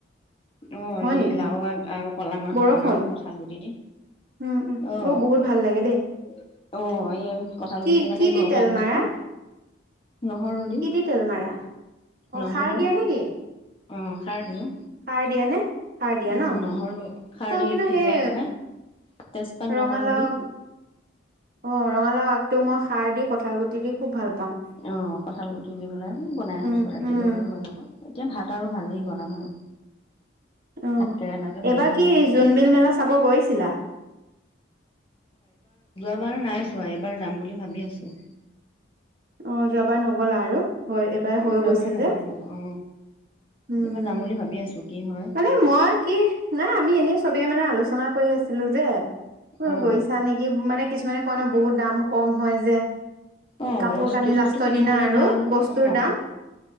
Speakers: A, on the left; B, on the right.
A: আহ
B: হয়
A: এই
B: নেকি
A: লাও আগ আৰু কল মাহ
B: বৰষুণ
A: বনালো কঠাল গুটি দি
B: উম উম
A: আহ
B: অ
A: <unintelligible>
B: বহুত ভাল লাগে দেই
A: অ এই কঠাল
B: কি
A: গুটি মানে
B: কি দি
A: ঘৰৰ
B: তেল
A: পৰা আনিছিলো
B: মাৰা
A: নহৰু দি
B: কি তেল মাৰা অ
A: নহৰু
B: সাৰ দিয়া নেকি
A: অ খাৰ দি নো
B: সাৰ দিয়া নে সাৰ দিয়া
A: উম
B: ন
A: নহৰু খাৰ
B: মই
A: দি
B: কিন্তু
A: সিজাই
B: সেই
A: মেলাই তেজপাত
B: ৰঙালাও
A: নহৰু দি
B: অ ৰঙালাও আগটো মই সাৰ দি কঠাল গুটি দি খুব ভাল পাওঁ
A: অ কঁঠাল গুটি দি পেলাই বনাই
B: উম
A: থৈছো ৰাতিলেলৈ
B: উম
A: বোলো হৈ যাব এতিয়া ভাত আৰু ভাজি বনাম আৰু
B: আহ
A: ভাত কেৰেলাকে ভাজিব
B: এইবাৰ কি
A: লাগিব
B: জোনবিল মেলা চাব গৈছিলা
A: আমাৰ নাই যোৱা এইবাৰ যাম বুলি ভাবি আছো
B: মই যোৱাবাৰ নগ'লা আৰু হয় এইবাৰে হৈ
A: যোৱাবাৰ
B: গৈছে
A: নগলো
B: যে
A: অ
B: উম
A: এইবাৰ যাম বুলি ভাবি আছো কি হয়
B: মানে মই কি নাই আমি এনে চবেই মানে আলোচনা কৰি আছিলো যে ত
A: অ
B: গৈছা নেকি মানে কিছুমানে কো বহুত দাম কম হয় যে
A: অ
B: কাপোৰ
A: বস্তু
B: কানি লাষ্টৰ
A: চস্তু কিনিবলে
B: দিনা আৰু
A: ভাল
B: বস্তুৰ
A: অ
B: দাম